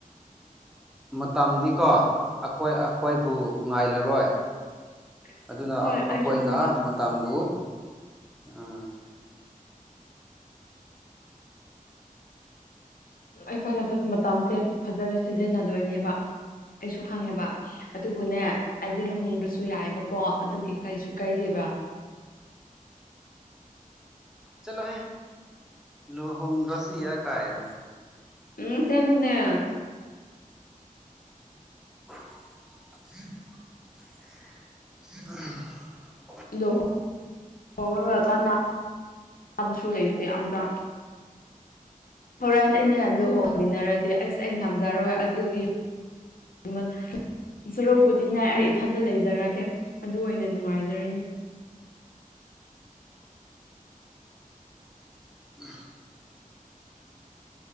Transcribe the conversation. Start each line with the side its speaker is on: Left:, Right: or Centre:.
Centre: ꯃꯇꯝꯗꯤ ꯀꯣ ꯑꯩꯈꯣꯏ ꯑꯩꯈꯣꯏꯕꯨ ꯉꯥꯏꯂꯔꯣꯏ
Left: <inaudible>
Centre: ꯑꯗꯨꯅ
Left: ꯍꯣꯏ
Centre: ꯑꯩꯈꯣꯏꯅ
Left: ꯑꯩꯁꯨ ꯈꯪꯉꯦ
Centre: ꯃꯇꯝꯕꯨ ꯑ
Left: ꯑꯩꯈꯣꯏꯅ ꯃꯇꯝꯁꯦ ꯐꯖꯅ ꯁꯤꯖꯤꯟꯅꯗꯣꯏꯅꯦꯕ ꯑꯩꯁꯨ ꯈꯪꯉꯦꯕ ꯑꯗꯨꯕꯨꯅꯦ ꯑꯩꯗꯤ ꯂꯨꯍꯣꯡꯗ꯭ꯔꯁꯨ ꯌꯥꯏꯌꯧꯕꯀꯣ ꯑꯗꯨꯒꯤ ꯀꯩꯁꯨ ꯀꯥꯢꯗꯦꯕ ꯕꯥ
Centre: ꯆꯠꯂꯣ ꯍꯦ ꯂꯣꯍꯣꯡ ꯗ꯭ꯔꯁꯨ ꯌꯥ ꯀꯥꯏꯅ
Left: ꯎꯝ ꯁꯦꯡꯕꯅꯦ
Centre: <inaudible> <inaudible>
Left: ꯂꯣ ꯍꯣꯡꯉꯒ ꯀꯥꯅꯥꯕꯁꯨ ꯂꯩꯇꯦ ꯑꯝꯇ ꯍꯣꯔꯦꯟ ꯑꯩꯅ ꯂꯨꯍꯣꯡꯃꯤꯟꯅꯔꯗꯤ ꯑꯩꯁ ꯑꯩ ꯉꯝꯖꯔꯣꯏ ꯑꯗꯨꯒꯤ <unintelligible> ꯁꯣꯔꯣꯛꯄꯨꯗꯤ ꯑꯩ ꯏꯊꯟꯇ ꯂꯩꯖꯔꯒꯦ ꯑꯗꯨ ꯑꯣꯏꯅ ꯅꯨꯡꯉꯥꯏꯖꯔꯅꯤ
Centre: <unintelligible>